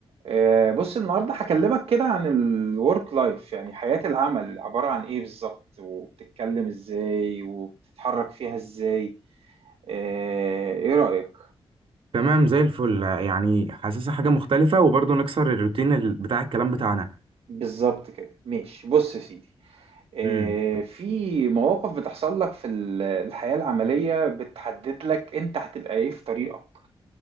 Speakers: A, on the right (about 85°); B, on the right (about 65°).
A: آه، بص النهارده هكلمك كده عن الورك لايف يعني حياة العمل عبارة عن ايه بالظبط وبتتكلم ازاي وبتتحرك فيها ازاي آه، ايه رأيك
B: تمام زي الفل يعني حاسسها حاجة مختلفة وبرضه نكسر الروتين ال- بتاع الكلام بتاعنا
A: بالظبط كده ماشي بص يا سيدي آه،
B: امم
A: في مواقف بتحصل لك في ال- الحياة العملية بتحدد لك انت هتبقى ايه في طريقك